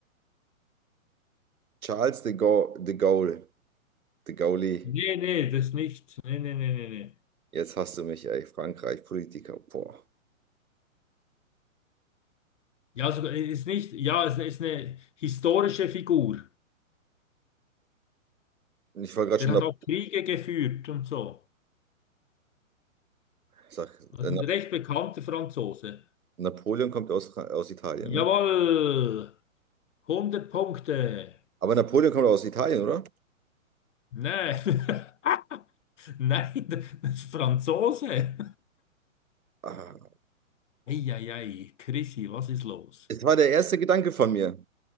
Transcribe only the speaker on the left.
Nee, nee, das nicht. Nee, nee, nee, nee, nee.
Ja, sogar äh, ist nicht, ja, es ist eine historische Figur.
Der
hat
auch Kriege geführt und so.
Also
ein recht bekannter Franzose.
Jawohl,
hundert Punkte.
Nein, <laughs> nein, das ist Franzose.
Eieiei, Chrissy, was ist los?